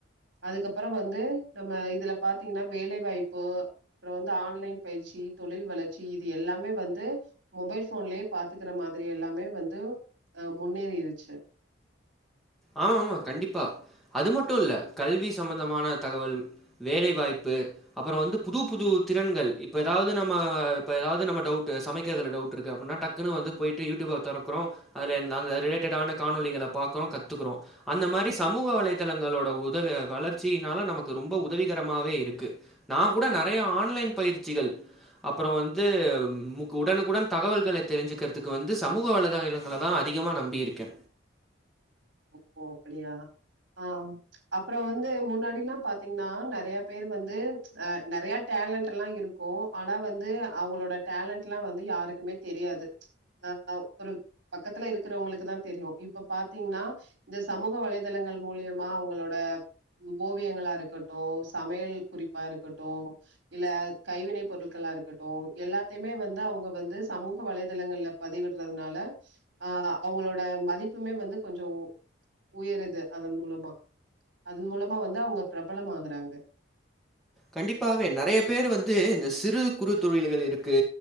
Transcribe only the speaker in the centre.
ஆமாம்மா கண்டிப்பா அது மட்டு இல்ல கல்வி சம்மந்தமான தகவல் வேலைவாய்ப்பு அப்புற வந்து புது புது திறன்கள் இப்ப ஏதாவது நம்ம இப்ப எதாவது நம்ம டவுட்டு சமைக்கிறதுல டவுட் இருக்கு அப்டின்னா டக் க்குனு வந்து போயிட்டு யூடியூப தொறக்கறோ அதுல என் அது ரிலேட்டடான காணொலிகளை பாக்குறோ கத்துக்குறோ அந்த மாரி சமூக வலைதளங்களோட உதவ அ வளர்ச்சியினால நமக்கு ரொம்ப உதவிகரமாவே இருக்கு நா கூட நெறைய ஆன்லைன் பயிற்சிகள் அப்புற வந்து உடனுக்குடன் தகவல்களை தெரிஞ்சுக்கிறதுக்கு வந்து சமூக வலைதள ங்கள தா அதிகமா நம்பி இருக்கே
கண்டிப்பாவே நெறைய பேர் வந்து இந்த சிறு குறு தொழில்கள் இருக்கு